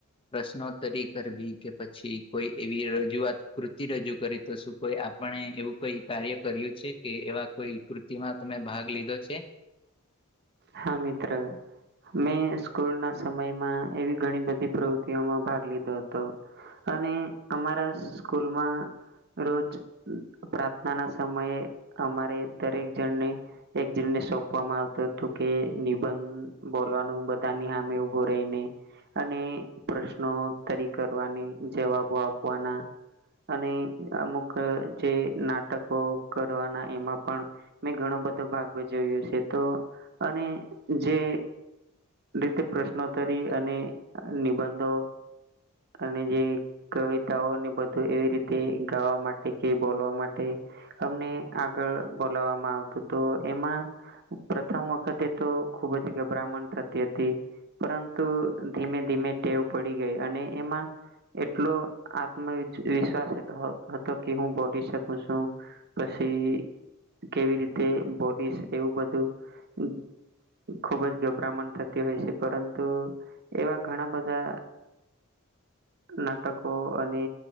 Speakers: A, on the left; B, on the right.
A: પ્રશ્નોત્તરી કરવી કે પછી કોઈ એવી રજૂઆત કૃતિ રજૂ કરી તો શું કોઈ આપણે એવું કઈ કાર્ય કર્યું છે કે એવા કોઈ કૃતિમાં તમે ભાગ લીધો છે.
B: હા, મિત્ર મેં સ્કૂલ ના સમયમાં એવી ઘણી બધી પ્રવૃતિઓમાં ભાગ લીધો હતો. અને અમારા સ્કૂલમાં રોજ પ્રાર્થના ના સમયે અમારે દરેક જણને એક જણને સોંપવામાં આવતો હતો તો કે નિબંધ બોલવાનું સામે ઉભો અને પ્રશ્નોત્તરી કરવાની જવાબો આપવાના અને અમુક જે નાટકો કરવાના એમાં પણ મેં ઘણો બધો ભાગ ભજવ્યો છે, તો અને જે રીતે પ્રશ્નોત્તરી અને નિબંધો અને જે કવિતાઓને બધું એવી રીતે ગાવા માટે કે બોલવા માટે અમને આગળ બોલાવવામાં આવતું તો એમાં પ્રથમ વખતે તો ખુબ જ ગભરામણ થતી, થતી હતી, પરંતુ ધીમે ધીમે ટેવ પડી ગઈ અને એમાં એટલો આત્મ વિશ્વ વિશ્વાસ હ હતો કે હું બોલી શકું છું, પછી કેવી રીતે બોલીસ એવું બધું ઉમ ખૂબ જ ગભરામણ થતી. થતી હોય છે, પરંતુ એવા ઘણા બધા નાટકો અને